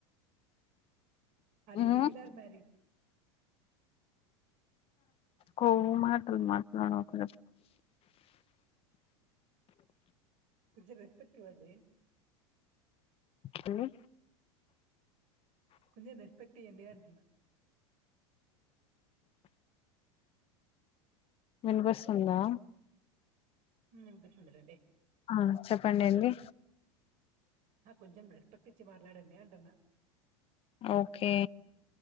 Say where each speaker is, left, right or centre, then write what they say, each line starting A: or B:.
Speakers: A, on the right; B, on the left.
A: Are
B: um
A: you single or marriage
B: కొవ్వు మాటలు మాట్లాడకు
A: కొంచెం రెస్పెక్ట్ ఇవ్వండి
B: ఏమి
A: కొంచెం రెస్పెక్ట్ ఇయ్యడి అంటున్నా
B: వినిపిస్తుందా
A: ఉ వినిపిస్తుంది లేండి
B: ఆ చెప్పండి ఏంది
A: ఆ కొంచెం స్పెక్ట్ ఇచ్చి మాట్లాడండి అంటున్న
B: ఓకే